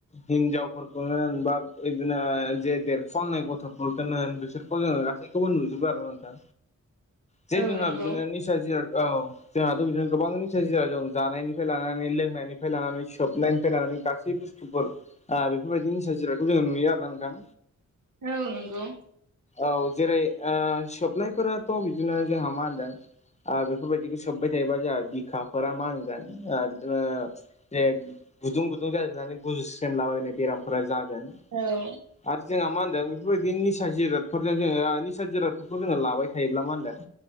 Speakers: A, on the left; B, on the right.
A: हिनजावफोरखौनो होन बा बिदिनो जे देरफुांनाय गथ'फोरखौनो बिसोरखौनो होन गासै खौबो नुजोबो आरो नोंथां जे
B: औ
A: जोंहा
B: नंगौ
A: बिदिनो निसा जिराद औ जोंहाथ' बिदिनो गोबां निसा जिराया जों जानायनिफ्राय लानानै लोंनायनिफ्राय लानानै सोबनायनिफ्राय लानानै गासै बुस बेफोरबायदि निसा जिरायखौ जोङो नुयो आरो ना नोंथां।
B: औ नंगौ
A: औ जेरै ओ सोबनायफोराथ' बिदिनो जोंहा मा होनदों आ बेफोरबायदिखौ सोब्बाय थायोबा जोंहा बिखाफोरा मा होनगोन ओ बिदिनो जे गुदुं गुदुं जाजोबनानै गुजुस्रेम लाबायनाय बेरामफोरा जागोन।
B: औ
A: आरो जोंहा मा होनदों बेफोरबायदि निसा जिरादफोरजों जोङो निसा जिरादफोरखौ जोङो लाबाय थायोब्ला मा होनदों